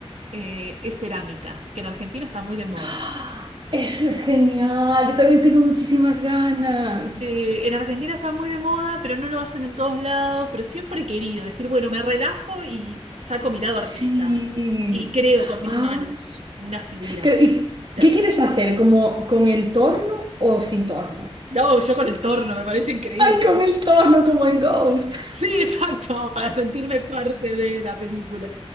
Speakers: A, on the right; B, on the right.
A: eh, es cerámica, que en Argentina está muy de moda.
B: <gasps> ¡Ah! Eso es genial. Yo también tengo muchísimas ganas.
A: Eh, en Argentina está muy de moda, pero no lo hacen en todos lados, pero siempre he querido decir, bueno, me relajo y saco mi lado
B: Sí.
A: artista y creo con mis
B: Ah,
A: manos una figura
B: creo- ¿y
A: de
B: qué
A: arcilla.
B: quieres hacer? ¿Como con el torno o sin torno?
A: No, yo con el torno, me parece increíble.
B: ¡Ay, con el torno, como en Ghost!
A: Sí, exacto, para sentirme parte de la película.